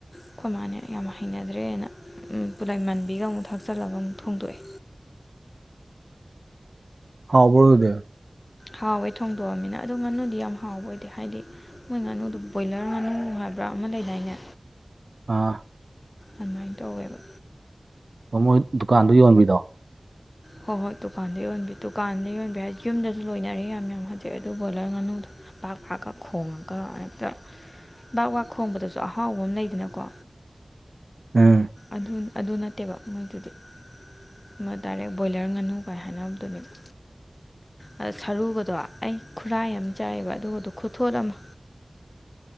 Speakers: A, on the left; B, on the right.
A: ꯑꯩꯈꯣꯏ ꯃꯥꯅꯦ ꯌꯥꯝ ꯍꯩꯅꯗ꯭ꯔꯦꯅ ꯎꯞ ꯄꯨꯠꯂꯥꯏ ꯃꯟꯕꯤꯒ ꯑꯃꯨꯛ ꯊꯥꯛꯆꯜꯂꯒ ꯑꯃꯨꯛ ꯊꯣꯡꯗꯣꯛꯑꯦ
B: ꯍꯥꯎꯕ꯭ꯔꯣ ꯑꯗꯨꯗꯤ
A: ꯍꯥꯎꯋꯦ ꯊꯣꯡꯗꯣꯛꯑꯃꯤꯅ ꯑꯗꯨ ꯉꯥꯅꯨꯗꯤ ꯌꯥꯝ ꯍꯥꯎꯕ ꯑꯣꯏꯗꯦ ꯍꯥꯏꯗꯤ ꯃꯣꯏ ꯉꯥꯅꯨꯗꯨ ꯕꯣꯏꯂꯔ ꯉꯥꯅꯨ ꯍꯥꯏꯕ꯭ꯔꯥ ꯑꯃ ꯂꯩ ꯗꯥꯏꯅꯦ
B: ꯑꯥ
A: ꯑꯟꯃꯥꯏꯅ ꯇꯧꯋꯦꯕ
B: ꯑꯣ ꯃꯣꯏ ꯗꯨꯀꯥꯟꯗ ꯌꯣꯟꯕꯤꯗꯣ
A: ꯍꯣꯏ ꯍꯣꯏ ꯗꯨꯀꯥꯟꯗ ꯌꯣꯟꯕꯤ ꯗꯨꯀꯥꯟꯗ ꯌꯣꯟꯕꯤ ꯍꯥꯏꯗꯤ ꯌꯨꯝꯗꯁꯨ ꯂꯣꯏꯅꯔꯦ ꯌꯥꯝ ꯌꯥꯝ ꯍꯧꯖꯩ ꯑꯗꯨ ꯕꯣꯂꯔ ꯉꯥꯨꯅꯨꯗꯣ ꯄꯥꯛ ꯐꯥꯛꯀ ꯈꯣꯡꯉꯒ ꯍꯦꯛꯇ ꯕꯥꯛ ꯕꯥꯛ ꯈꯣꯡꯕꯗꯁꯨ ꯑꯍꯥꯎꯕ ꯑꯃ ꯂꯩꯗꯅꯀꯣ
B: ꯎꯝ
A: ꯑꯗꯨꯟ ꯑꯗꯨ ꯅꯠꯇꯦꯕ ꯃꯣꯏꯗꯨꯗꯤ ꯑꯃ ꯗꯥꯏꯔꯦꯛ ꯕꯣꯏꯂꯔ ꯉꯥꯅꯨ ꯀꯥꯏ ꯍꯥꯏꯅꯕꯗꯨꯅꯦꯕ ꯑ ꯁꯔꯨꯒꯗꯣ ꯑꯩ ꯈꯨꯔꯥꯏ ꯌꯥꯝ ꯆꯥꯏꯑꯕ ꯑꯗꯨꯒꯗꯣ ꯈꯨꯊꯣꯠ ꯑꯃ